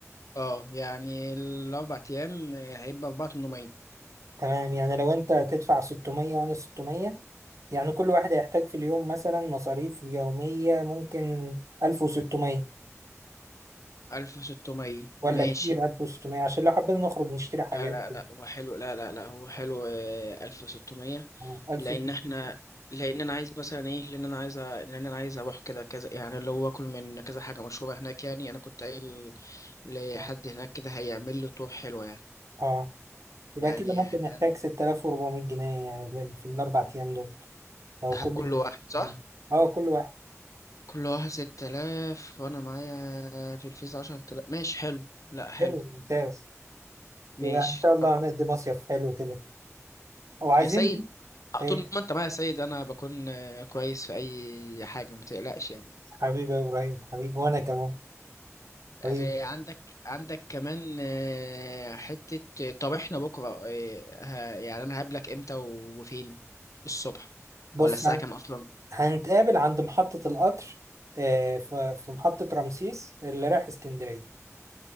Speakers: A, on the left; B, on the right.
A: اه يعني الأربع أيام هيبقى أربعة تمنمية
B: تمام يعني لو أنت تدفع 600 وأنا 600 يعني كل واحد هيحتاج في اليوم مثلا مصاريف يومية ممكن 1600
A: ألف وستمية
B: ولا
A: ماشي
B: كتير 1600 عشان لو حبينا نخرج نشتري حاجات
A: لا لا لا هو حلو لا لا لا هو حلو آه، ألف وستمية
B: آه، 1600
A: لأن احنا لأن أنا عايز مثلا إيه لأن أنا عايز أ- لأن أنا عايز أروح كده كذا يعني اللي هو أكل من كذا حاجة مشهورة هناك يعني أنا كنت قايل لحد
B: اه
A: هناك كده هيعمل له طور حلو يعني
B: آه. يبقى
A: يعني
B: كده ممكن
A: هن-
B: نحتاج 6400 جنيه يعني في الاربع ايام دول لو
A: ه-
B: كل
A: كل واحد صح؟
B: اه كل واحد
A: كل واحد ستة آلاف وأنا معايا في الفيز عشرة آلاف ماشي حلو لا حلو
B: حلو ممتاز
A: ماشي
B: يبقى ان شاء الله
A: طب
B: هنقضي مصيف حلو كده وعايزين
A: يا سيد
B: نشوف
A: آه،
B: ايه
A: طول ما انت معايا يا سيد انا بكون آه، كويس في اي حاجه ما تقلقش يعني
B: حبيبي يا ابراهيم حبيبي وانا كمان
A: آه،
B: حبيبي
A: عندك عندك كمان آه، حته آه، طب احنا بكره آه، ه- يعني انا هقابلك امتى و- وفين الصبح
B: بص
A: ولا الساعه
B: هن-
A: كام اصلا
B: هنتقابل عند محطة القطر آه، في في محطة رمسيس اللي رايح اسكندرية